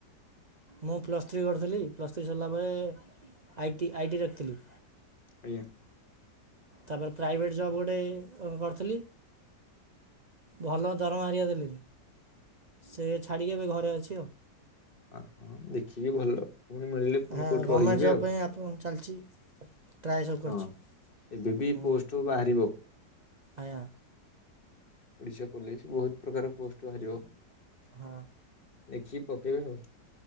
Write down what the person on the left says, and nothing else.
ଆଜ୍ଞା।
ଆ ହୋ ଦେଖିକି ଭଲ। ପୁଣି ମିଳିଲେ ପୁଣି
କୋଉଠି
ରହିଯିବେ
ଆଉ।
ହଁ ଏବେ ବି
ପୋଷ୍ଟରୁ ବାହାରିବ।
ଓଡିଶା କଲେଜ ବହୁତ ପ୍ରକାର ପୋଷ୍ଟ ବାହାରିବ।
ଦେଖିକି ପକେଇବେ ଆଉ।